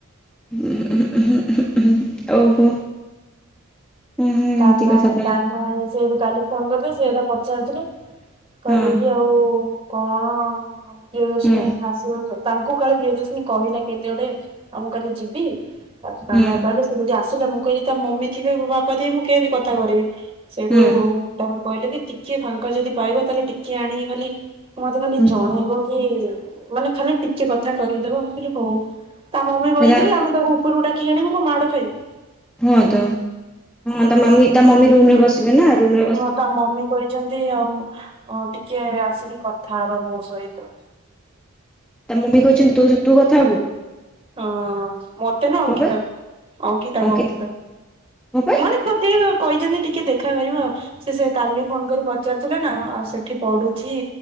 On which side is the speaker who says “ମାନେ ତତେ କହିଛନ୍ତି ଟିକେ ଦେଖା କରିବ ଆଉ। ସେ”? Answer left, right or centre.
Right